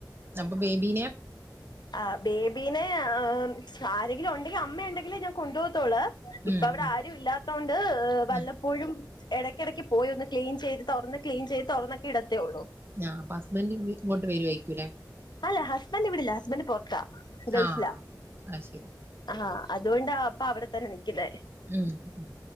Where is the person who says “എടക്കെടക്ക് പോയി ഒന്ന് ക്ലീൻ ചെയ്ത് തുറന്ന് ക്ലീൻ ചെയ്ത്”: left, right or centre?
Left